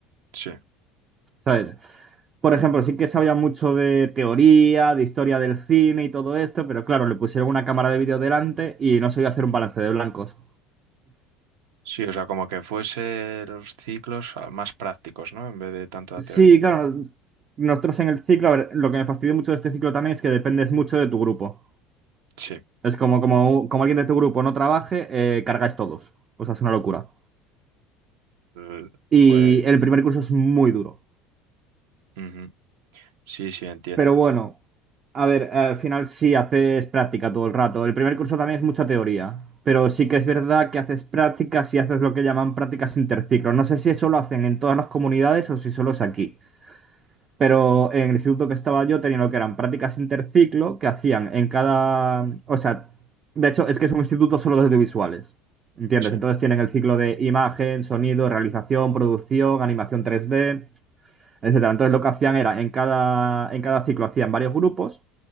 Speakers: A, on the right; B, on the right.
A: sí,
B: ¿sabes? Por ejemplo, sí que sabía mucho de teoría, de historia del cine y todo esto, pero claro, le pusieron una cámara de vídeo delante y no sabía hacer un balance de blancos.
A: sí, o sea, como que fuese los ciclos ah, más prácticos, ¿no? En vez de tanta
B: Sí,
A: teoría.
B: claro, nosotros en el ciclo, a ver, lo que me fastidió mucho de este ciclo también es que dependes mucho de tu grupo.
A: sí.
B: Es como, como, como alguien de tu grupo no trabaje, eh, cargáis todos. O sea, es una locura.
A: eh,
B: Y
A: pues,
B: el primer curso es muy duro.
A: ujú, Sí, sí, entiendo.
B: Pero bueno, a ver, al final sí haces práctica todo el rato. El primer curso también es mucha teoría, pero sí que es verdad que haces prácticas y haces lo que llaman prácticas interciclo No sé si eso lo hacen en todas las comunidades o si solo es aquí. Pero en el instituto que estaba yo tenía lo que eran prácticas interciclo que hacían en cada... O sea, de hecho es que es un instituto solo de audiovisuales. ¿Entiendes?
A: Sí,
B: Entonces tienen el ciclo de imagen, sonido, realización, producción, animación tres d etcétera. Entonces lo que hacían era, en cada, en cada ciclo hacían varios grupos